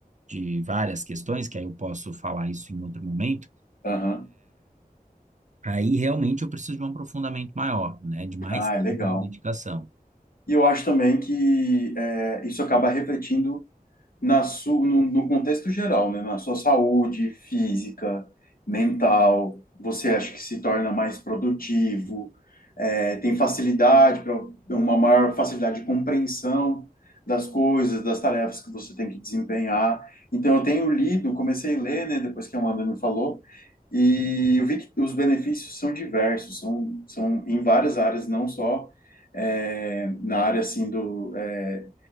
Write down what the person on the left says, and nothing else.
aham.
Ah,
é legal.
E eu acho também que é, isso acaba refletindo na su, no, no contexto geral, né? Na sua saúde física, mental, você acha que se torna mais produtivo, é, tem facilidade para uma maior facilidade de compreensão das coisas, das tarefas que você tem que desempenhar. Então, eu tenho lido, comecei a ler, né? Depois que a Amanda me falou, e eu vi que os benefícios são diversos, são, são em várias áreas, não só. é, na área assim do, é,